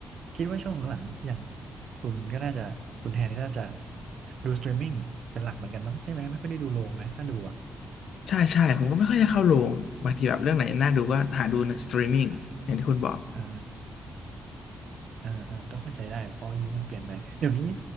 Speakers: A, on the right; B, on the left.
A: คิดว่าช่วงหลังอย่างคุณก็น่าจะคุณแทนก็น่าจะดูส t r e มมิ n งเป็นหลักเหมือนกันมั้งใช่ไหมไม่ค่อยได้ดูโรงไหมถ้าดูอ่ะ
B: ใช่ใช่ผมก็ไม่ค่อยได้เข้าโรงบางทีแบบเรื่องไหนน่าดูก็หาดูสตรีมมิ่งอย่างที่คุณบอก
A: อ่า อ่าอ่าก็เข้าใจได้เพราะยุคมันเปลี่ยนไปเดี๋ยวนี้